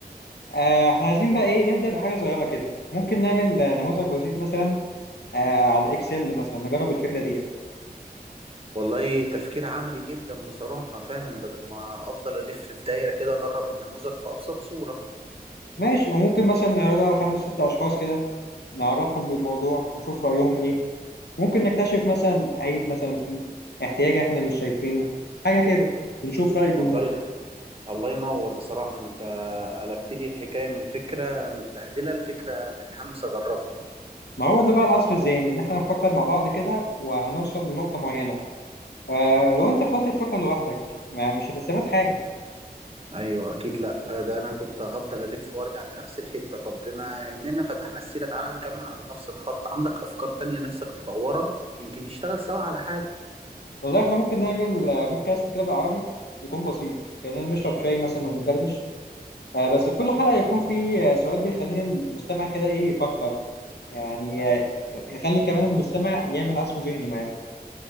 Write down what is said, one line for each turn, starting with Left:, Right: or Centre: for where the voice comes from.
Left: آه احنا عايزين بقى ايه نبدأ بحاجه صغيره كده ممكن نعمل آه، نموذج بسيط مثلا آه على الاكسل مثلا نجرب الفكره دي
Right: والله تفكير عملي جدا بصراحة فعلا بدل ما أفضل ألف في دايرة كده أجرب النموذج في أبسط صورة
Left: ماشي وممكن مثلا نعرضه على خمس ست أشخاص كده نعرفهم بالموضوع نشوف رأيهم إيه ممكن نكتشف مثلا عيب مثلا فيه احتياج إحنا مش شايفينه حاجة كده ونشوف رأي الجمهور
Right: والله الله ينور بصراحة أنت قلبت لي الحكاية من فكرة متبهدلة لفكرة متحمس أجربها
Left: ما هو ده بقى العصف الذهني إن إحنا نفكر مع بعض كده وهنوصل لنقطة معينة آه لو أنت فضلت تفكر لوحدك ما مش هتستفاد حاجة
Right: ايوه اكيد لا آه، ده انا كنت هفضل الف وارجع لنفس الحته طب بما اننا فتحنا السيره تعالى نكمل على نفس الخط عندك افكار تانية نفسك تطورها يمكن نشتغل سوا على حاجه
Left: والله إحنا ممكن نعمل آه، بودكاست كده بالعربي يكون بسيط كأننا بنشرب شاي مثلا وبندردش آه، بس في كل حلقة يكون في آه، سؤال بيخليني المستمع كده إيه يفكر يعني آه، يخلي كمان المستمع يعمل عصف ذهني معانا